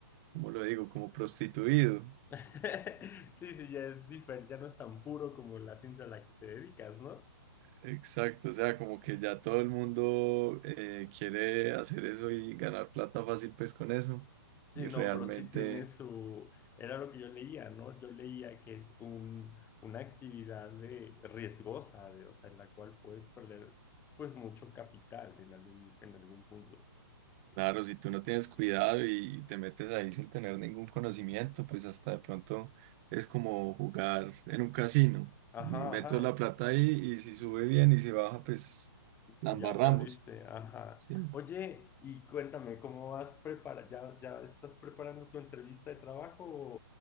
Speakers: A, on the right; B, on the left.
A: ¿cómo lo digo? Como prostituido.
B: <laughs> Sí, sí, ya es diferente, ya no es tan puro como la ciencia a la que te dedicas, ¿no?
A: Exacto, o sea, como que ya todo el mundo eh, quiere hacer eso y ganar plata fácil, pues con eso.
B: Sí,
A: Y
B: no,
A: realmente...
B: pero sí tiene su, era lo que yo leía, ¿no? Yo leía que es un, una actividad de riesgosa, de, o sea, en la cual puedes perder, pues, mucho capital en algún, en algún punto.
A: Claro, si tú no tienes cuidado y te metes ahí sin tener ningún conocimiento, pues hasta de pronto es como jugar en un casino.
B: Ajá,
A: Meto
B: ajá,
A: la plata ahí y si sube bien y si baja, pues
B: Pues
A: la embarramos.
B: Ya perdiste, ajá.
A: Sí,
B: Oye, y cuéntame, ¿cómo vas prepara? ¿Ya, ya estás preparando tu entrevista de trabajo o,